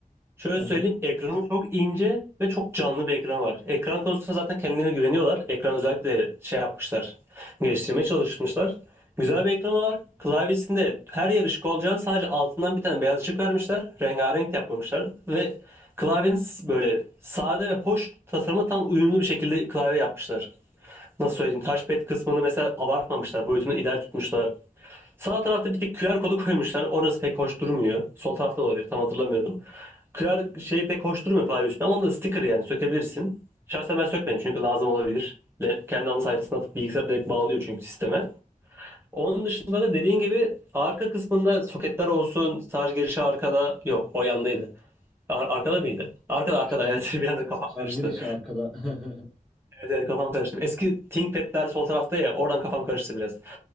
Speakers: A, on the right; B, in the centre.
A: Şöyle
B: Aha.
A: söyleyeyim, ekranı çok ince ve çok canlı bir ekran var. Ekran konusunda zaten kendilerine güveniyorlar. Ekran özellikle şey yapmışlar, geliştirmeye çalışmışlar. Güzel bir ekranı var. Klavyesinde her yer ışık olacağını sadece altından bir tane beyaz ışık vermişler. Rengarenk yapmamışlar ve klavyenin s- böyle sade ve hoş tasarımı tam uyumlu bir şekilde klavye yapmışlar. Nasıl söyleyeyim, touchpad kısmını mesela abartmamışlar, boyutunu ideal tutmuşlar. Sağ tarafta bir tek QR kodu koymuşlar. Orası pek hoş durmuyor. Sol tarafta da olabilir, tam hatırlamıyorum. Kırar şey pek hoş durmuyor klavye üstüne ama onda da sticker yani sökebilirsin. Şahsen ben sökmedim çünkü lazım olabilir. Le- Kendi ana sayfasına atıp bilgisayara direkt bağlıyor çünkü sisteme. Onun dışında da dediğin gibi arka kısmında soketler olsun, şarj girişi arkada yok o yandaydı. Ar- arkada mıydı? Arkada arkada
B: Şar,
A: <laughs> evet bir anda kafam
B: şarj
A: karıştı.
B: girişi arkada. <laughs>
A: Evet, evet, kafam karıştı. Eski ThinkPad'ler sol tarafta ya oradan kafam karıştı biraz.